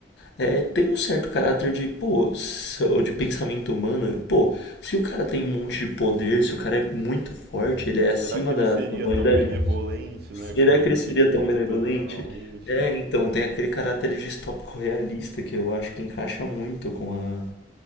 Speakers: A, on the left (about 75°); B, on the right (about 60°).
A: é, tem um certo caráter de, pô, se- ou de pensamento humano. Pô, se o cara tem um monte de poder, se o cara é muito forte, ele é
B: Será
A: acima
B: que ele
A: da
B: seria
A: da humanidade,
B: tão benevolente,
A: será
B: né, como a
A: que
B: gente
A: ele seria
B: pinta
A: tão benevolente?
B: normalmente?
A: É, então, tem aquele caráter distópico realista que eu acho que encaixa muito com a